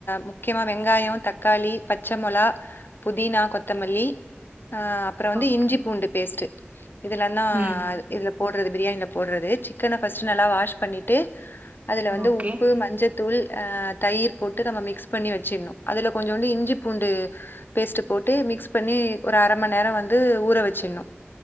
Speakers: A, on the left; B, on the right.
A: முக்கியமா வெங்காய தக்காளி பச்ச மொளா புதினா கொத்தமல்லி அ அப்ற வந்து
B: ஓகே
A: இஞ்சி பூண்டு பேஸ்ட்டு இதுலனா
B: ம்
A: இதுல போட்றது பிரியாணில போட்றது சிக்கன ஃபஸ்ட் நல்லா வாஷ் பண்ணிட்டு அதுல வந்து
B: ஓகே
A: உப்பு மஞ்சத் தூள் அ தயிர் போட்டு நம்ம மிக்ஸ் பண்ணி வச்சிட்ணு அதுல கொஞ்சோண்டு இஞ்சி பூண்டு பேஸ்ட் போட்டு மிக்ஸ் பண்ணி ஒரு அரை மண் நேரோ வந்து ஊற வச்சிட்ணு